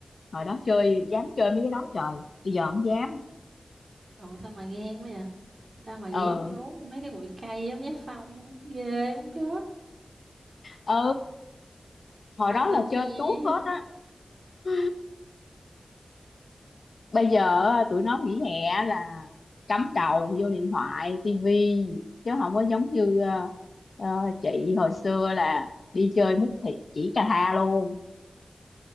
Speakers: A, on the left; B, on the right.
A: hồi đó chơi dám chơi mấy cái đó trời bây giờ không dám
B: ồ sao mà gan quá vậy sao mà
A: ờ
B: dám trốn vô mấy cái bụi cây á mấy sông ghê muốn chết
A: ừ hồi
B: tâm
A: đó
B: linh
A: là chơi
B: nha
A: tuốt hết á <laughs> bây giờ á, tụi nó nghỉ hè là cắm đầu vô điện thoại tivi chứ không có giống như ờ, ờ, chị hồi xưa là đi chơi mút thịt chỉ cà tha luôn